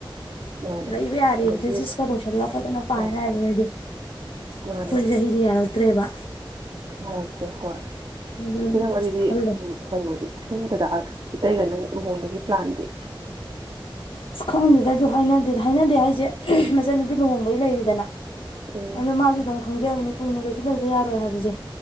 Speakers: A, on the right (about 45°); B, on the left (about 80°).
A: ꯃꯥꯅꯦ
B: ꯂꯩꯕ ꯌꯥꯔꯤꯕꯅꯦ
A: ꯑꯗꯒꯤ
B: ꯁꯤꯁ ꯀꯔꯣꯁꯟꯂ ꯐꯖꯅ ꯄꯥꯅꯤ
A: ꯍꯣꯏ
B: ꯍꯥꯏꯕ ꯅꯣꯏꯗꯤ ꯑꯩꯈꯣꯏꯖꯍꯤꯗꯤ
A: ꯃꯥꯅꯦ
B: ꯌꯥꯔꯛꯇ꯭ꯔꯦꯕ
A: ꯉ ꯍꯣꯏ
B: ꯑꯗꯨꯅ
A: ꯏꯅꯪ ꯑꯗꯨ ꯑꯗꯨꯗꯤ
B: ꯈꯜꯂꯦ
A: ꯀꯩꯅꯣꯗꯤ ꯁꯨꯝꯗꯨꯗ ꯏꯇꯩꯒ ꯑꯗꯨꯝ ꯂꯨꯍꯣꯡꯕꯒꯤ ꯄ꯭ꯂꯥꯟꯗꯤ
B: ꯑꯁ ꯈꯪꯗꯦꯗ ꯑꯗꯨ ꯍꯥꯏꯅꯗꯦ ꯍꯥꯏꯅꯗꯦ ꯍꯥꯏꯁꯦ ꯃꯆꯟꯅꯨꯄꯤ ꯂꯨꯍꯣꯡꯕꯒꯤ ꯂꯩꯔꯤꯗꯅ
A: ꯎꯝ
B: ꯑ ꯃꯥ ꯣꯡ ꯈꯪꯖꯕꯅꯦ ꯀꯨꯏꯅ ꯀꯩꯁꯨ ꯂꯩꯕ ꯌꯥꯔꯣꯏ ꯍꯥꯏꯕꯁꯦ